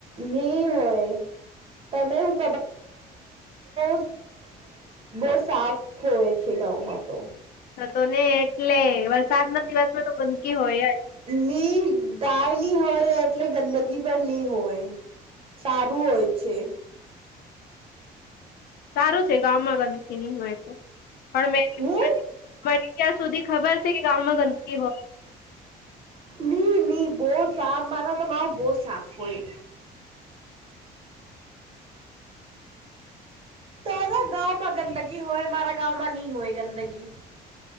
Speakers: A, on the right (about 35°); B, on the left (about 65°).
A: ની હોય. તમે હું <unintelligible> બહુ સાફ હોય છે ગાંવમાં તો.
B: તો ને એટલે વરસાદના દિવસમાં તો ગંદકી હોય જ
A: ની ગાય નય હોય એટલે ગંદગી પર નય હોય. સારું હોય છે.
B: સારું છે ગામમાં ગંદકી નય હોય તો પણ મે
A: હું
B: મ ત્યાં સુધી ખબર છે કે ગામમાં ગંદકી હોય.
A: નઈ નહી બહ સાફ મારા તો બહ સાફ હોય. તારા ગાંવમાં ગંદગી હોય, મારા ગાંવમાં ની હોય ગંદગી.